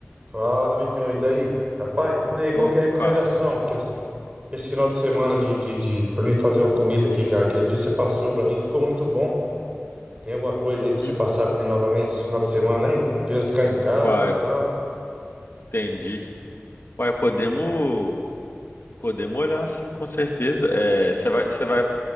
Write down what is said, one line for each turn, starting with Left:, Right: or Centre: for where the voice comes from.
Right: Fala, amigão, e daí? Rapaz, e daí? Qual
Left: Opa,
Right: que é a recomendação que eu- esse final de semana de, de, de para mim fazer uma comida aqui, cara? Aquele dia você passou pra mim, ficou muito bom. Tem alguma coisa aí pra
Left: Hum.
Right: você passar pra mim novamente esse final de semana aí? Tô querendo ficar em casa,
Left: uai,
Right: e tal.
Left: entendi. Uai, podemos, podemos olhar sim, com certeza. É, você vai, você vai